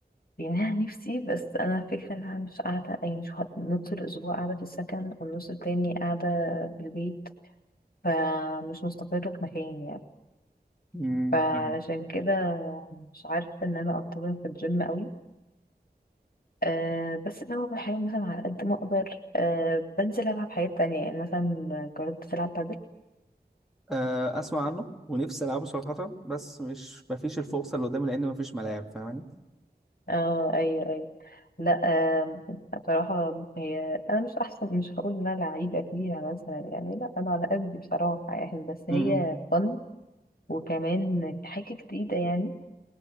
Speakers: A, on the left; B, in the centre.
A: يعني انا نفسي بس انا فكرة ان انا مش قاعدة يعني مش هقعد نص الاسبوع قاعدة في السكن والنص التاني قاعدة في البيت فمش مستقرة في مكاني يعني
B: مم.
A: فعلشان
B: فاهم.
A: كده مش عارفة ان انا انتظم في الجيم قوي أه بس اللي هو بحاول مثلا على قد ما اقدر أه بنزل العب حاجات تانية يعني مثلا جربت تلعب بادل
B: آه، اسمع عنه ونفسي العبه صراحه بس مش مفيش الفرصه اللي قدامي لان مفيش ملاعب فاهماني
A: اه ايوه ايوه لا أه بصراحة هي انا مش احسن مش هقول ان انا لعيبة فيها مثلا يعني لا انا على قدي بصراحة يعني بس
B: مم.
A: هي فن وكمان حاجة جديدة يعني